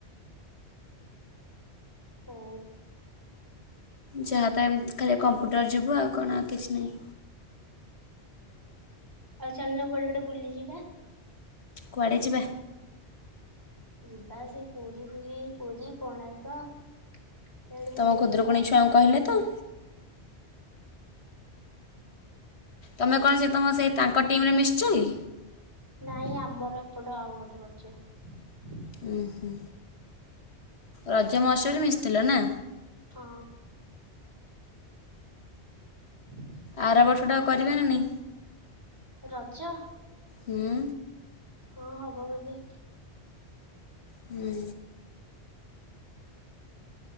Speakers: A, on the right; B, on the left.
A: ହଉ।
B: ଯାହାତ ଏମିତି ଖାଲି କମ୍ପୁଟର ଯିବୁ ଆଉ କଣ ଆଉ କିଛି ନାହିଁ।
A: ଆଉ ଚାଲୁନ କୁଆଡ଼େ ଗୋଟେ ବୁଲିଯିବା।
B: କୁଆଡ଼େ ଯିବା?
A: ଯିବା ସେ ପୁରୀ ଫୁରୀ ପୁରୀ କୋଣାର୍କ ସିଆଡେ ବୁଲିକି
B: ତମ ଖୁଦୁରୁକୁଣୀ
A: ଯିବା ଆଉ।
B: ଛୁଆଙ୍କୁ କହିଲେ ତ। ତମେ କଣ ସେ ତମ ସେ ତାଙ୍କ ଟିମ୍ ରେ ମିଶିଛ କି?
A: ନାଇଁ ଆମର ଏପଟ ଆଉ ଗୋଟେ କରିଛୁ।
B: ଉଁ ହୁଁ ରଜ ମହୋତ୍ସବ ରେ ମିଶିଥିଲ ନା?
A: ହଁ। <inaudible>
B: ଆର ବର୍ଷଟା ଆଉ କରିବା ନା ନାଇଁ?
A: ରଜ।
B: ହୁଁ।
A: ହଁ ହବ ବୋଧେ।
B: ହୁଁ।